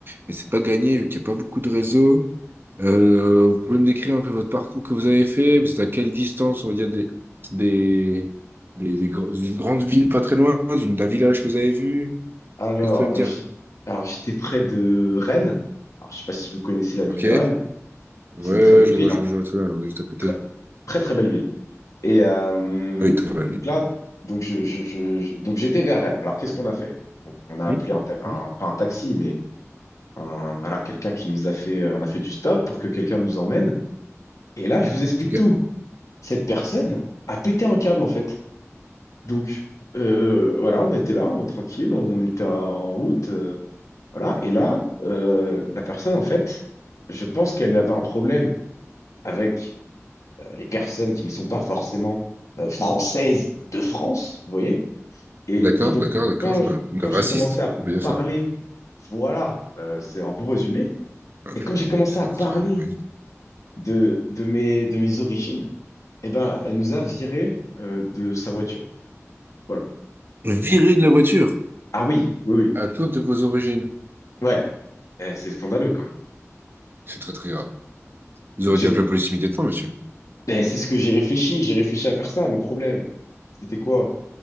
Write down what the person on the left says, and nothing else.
Alors,
euh,
j'ai- alors j'étais près de Rennes. Alors, je sais pas si vous connaissez la ville
de
Rennes.
C'est une très
belle
ville,
hein.
Très, très très belle ville. Et, euh,
et donc là, donc je, je- je- je- donc j'étais vers Rennes. Alors, qu'est-ce qu'on a fait? Donc, on a appelé
un, ta- un-
pas un taxi, mais un- voilà, quelqu'un qui nous a fait, euh, on a fait du stop pour que quelqu'un nous emmène. Et là, je vous explique
tout. Cette personne a pété un câble en fait. Donc euh, voilà, on était là, on, tranquille, on était en route, euh, voilà. Et là, euh, la personne, en fait, je pense qu'elle avait un problème avec euh, les personnes qui ne sont pas forcément euh, françaises de France, vous voyez? Et,
et donc
quand
je-
quand
j'ai commencé à
parler,
voilà, euh, c'est un bon résumé.
Et quand j'ai commencé
à
parler
de de mes de mes origines, eh ben, elle nous a viré euh, de sa voiture. Voilà.
Ah oui, oui, oui.
Ouais, Eh, c'est scandaleux quand même.
Donc
j'ai,
eh, c'est ce que j'ai réfléchi, j'ai réfléchi à faire ça. Le problème, c'était quoi?